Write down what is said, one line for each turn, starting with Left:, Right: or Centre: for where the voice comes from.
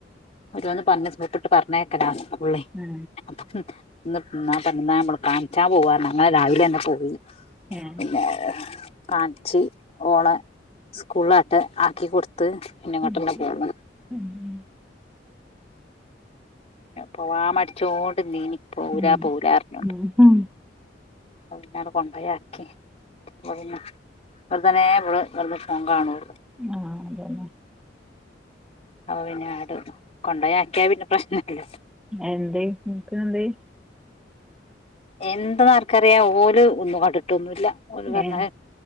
Left: ഒരു വന്ന് പറഞ്ഞപ്പിട്ട് പറഞ്ഞേക്കനാ പുള്ളി
Centre: ഹേ
Left: അപ്പം ഇന്ന് പറഞ്ഞാ നമ്മൾ കാണിച്ചാ പോവാ ഞങ്ങൾ രാവിലെ തന്നെ പോവും
Centre: ഏ
Left: പിന്നെ കാണിച്ചി ഓള സ്കൂളാട്ട് ആക്കിടുത്ത് പിന്നെങ്ങോട്ട്ന്നെ
Centre: ഉം,
Left: പോകണം
Centre: ഉം, ഉം.
Left: പിന്നെ പോവാ മടിച്ചോൊണ്ട് നീനി പോവൂല
Centre: ഉം.
Left: പോവൂല പോരാറിഞ്ഞുണ്ട്
Centre: ഉം. ഉം.
Left: അത് പിന്നട് കൊണ്ടു പോയാക്കി അ പിന്നെ വെറുതനെ ഇടെ വെറുതെ ഫോൺ കാണു
Centre: ആ അതന്നെ
Left: അവ പിന്നെ ആട് കൊണ്ടപോ ആക്കിയാ പിന്നെ പ്രശ്നല്ലല്ലോ
Centre: എന്തേ നിങ്ങക്ക് എന്ത
Left: എന്തെന്നാർക്കറിയാ ഓല് ഒന്നും കടുട്ടൊന്നുമല്ല ഓല് പറഞ്ഞാല്
Centre: ഏ